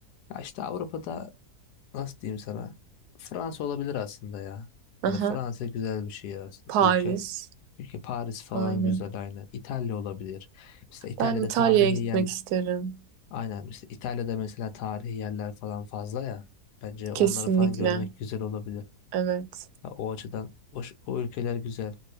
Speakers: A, on the left (about 80°); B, on the right (about 75°).
A: Ya işte Avrupa'da nasıl diyeyim sana? Fransa olabilir aslında ya. Hani
B: Aha,
A: Fransa güzel bir şehir aslında.
B: Paris.
A: Ülke. Ülke Paris falan
B: Aynen.
A: güzel aynen. İtalya olabilir. Mesela İtalya'da
B: Ben İtalya'ya
A: tarihi
B: gitmek
A: yerler
B: isterim.
A: Aynen işte İtalya'da mesela tarihi yerler falan fazla ya. Bence
B: Kesinlikle.
A: onları falan görmek güzel olabilir.
B: Evet.
A: Ha, o açıdan o, ş- o ülkeler güzel.